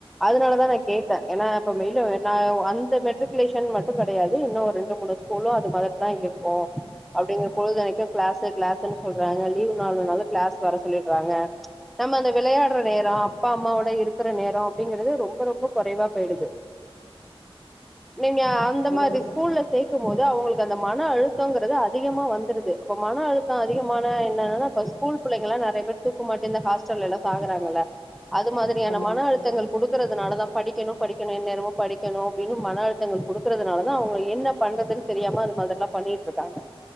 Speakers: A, in the centre; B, on the left (about 70°).
A: அதனாலதான் நான் கேட்டேன் ஏன்னா இப்ப மெயிலு நா அந்த மெட்ரிகுலேஷன் மட்டுந் கெடையாது இன்னும் ஒரு ரெண்டு மூணு ஸ்கூலு அது மாதிரி தான் இருக்கும் அப்படிங்கற பொழுது எனக்கே க்ளாசு க்ளாசுன்னு சொல்றாங்க லீவு நாளுன்னாலும் க்ளாஸ் வர சொல்லிட்றாங்க ச்சு நம்ம அந்த வெளையாட்ற நேரம் அப்பா அம்மோவோட இருக்குற நேரம் அப்படிங்கறது ரொம்ப ரொம்ப குறைவா போயிடுது நீங்க ந்த
B: ஆமா
A: மாரி
B: தோழி
A: ஸ்கூல்ல சேத் த்து மொத அவங்களுக்கு அந்த மன அழுத்தங்கிறது அதிகமா வந்துருது அப்ப மன அழுத்தம் அதிகமான என்னன்னா ஸ்கூல் புள்ளைங்கலா நெறைய பேர் தூக்கமாட்டி இந்த ஹாஸ்டல்லலா சாகறாங்கல்ல அது மாதிரியான
B: ஆமா
A: மன அழுத்தங்கள் குடுக்கறதுனால தான் படிக்கணும் படிக்கணும் எந்நேரமும் படிக்கணும் அப்படின்னு மன அழுத்தங்கள் குடுக் க்கிறதுனாலதான் அவங்க என்ன பண்றதுன்னு தெரியாம அந்த மாதிரி எல்லா பண்ணிட்டுருக்காங்க